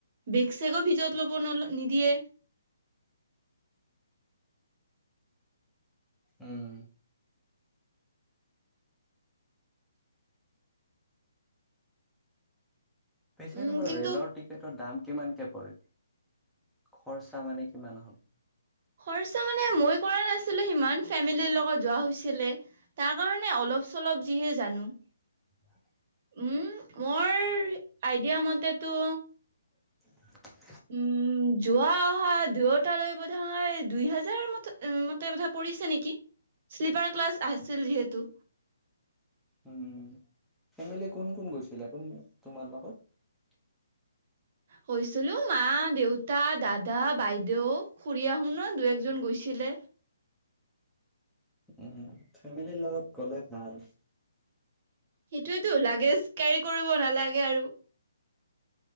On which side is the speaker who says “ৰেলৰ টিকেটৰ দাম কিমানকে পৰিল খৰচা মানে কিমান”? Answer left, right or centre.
Centre